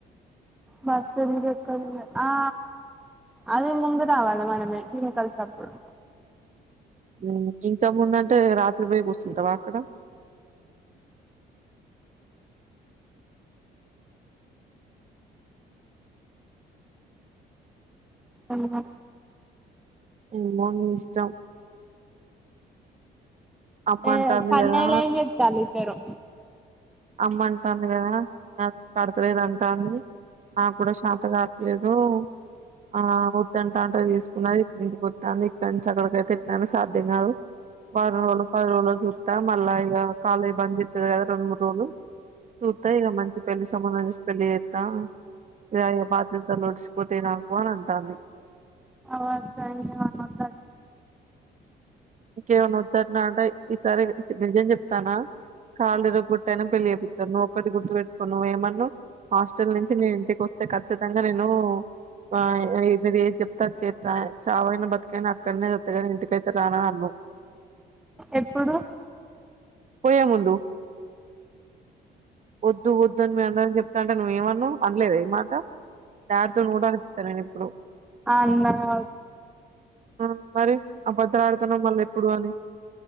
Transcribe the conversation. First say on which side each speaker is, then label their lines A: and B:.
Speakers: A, in the centre; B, on the right.
A: బస్సు ఎందుకు ఎక్కనియ ఆ అది ముందు రావాలి మనమే కెమికల్ అప్పుడు
B: ఉమ్మ్ గింతా ముందంటే రాత్రి పోయి కూర్చుంటావా అక్కడ
A: ఉన్న
B: ఏమో ని ఇష్టం అమ్మ
A: ఏ
B: అంటాంది
A: కన్నయ్యలు
B: కదా
A: ఎం చేత్తాళ్ళు ఇద్దరు
B: అమ్మ అంటాంది కదా అది పడతలేదు అంట అని నాకూడా శతా కాట్లేదు ఆ వద్దుంటాంటే తీసుకున్నది ఇప్పుడు ఇంటికి వత్తాంది ఇక్కడి నుంచి అక్కడికైతే ఎట్లేనే సాధ్యం కాదు వారం రోజుల పది రోజుల చూత్తా మళ్ల ఇగా కాలేజ్ బంద్ చేత్తది కదా రెండు మూడు రోజులు చూత్తా ఇగ మంచి పెళ్లి సంబంధం సుచి పెళ్ళి చేత్తా ఇగ ఈ బాధ్యతలు ఓడిసిపోతయ్ నాకు అని అంటాంది
A: వాళ్ల సైడు ఏమన్నా వద్ద
B: ఇంకేమనా వద్దన్నా అంటే ఈసారి నిజం చెప్తాన్న కాళ్లు ఇరగ్గొట్టి అయినా పెళ్లిపితాను నువ్వు ఒకటి గుర్తు పెట్టుకో నువ్వు ఏమన్నావ్ హాస్టల్ నుంచి నేను ఇంటికి వత్తే ఖచ్చితంగా నేను ఆ మీరు ఏం చెప్తే అది చేత్త చావైనా బతుకైనా అక్కడనే చత్తగాని ఇంటికి కైతే రానా అన్నావ్
A: ఎప్పుడు
B: పోయేముందు వొద్దు వొద్దు అని మెం అందరం చెప్తాంటే నువ్వ్ ఏమన్నావ్ అనలేదా ఈమాట దారితోని కుడా ఇప్పుతా నేను ఇప్పుడు
A: ఆ అన్నాటు
B: ఆ మరి అబద్ధాలు ఆడుతున్నావ్ మళ్ళీ ఎప్పుడు అని